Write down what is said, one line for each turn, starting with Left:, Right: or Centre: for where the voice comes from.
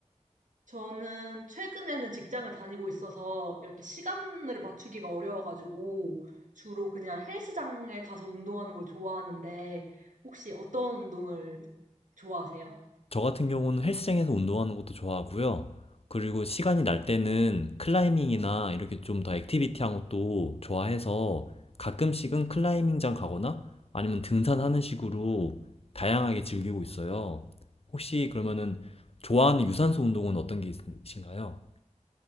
Right: 저는 최근에는 직장을 다니고 있어서 이렇게 시간을 맞추기가 어려워가지고 주로 그냥 헬스장에 가서 운동하는 걸 좋아하는데 혹시 어떤 운동을 좋아하세요?
Left: 저 같은 경우는 헬스장에서 운동하는 것도 좋아하고요. 그리고 시간이 날 때는 클라이밍이나 이렇게 좀 더 액티비티한 것도 좋아해서 가끔씩은 클라이밍장 가거나 아니면 등산하는 식으로 다양하게 즐기고 있어요. 혹시 그러면은 좋아하는 유산소 운동은 어떤 게 있으신가요?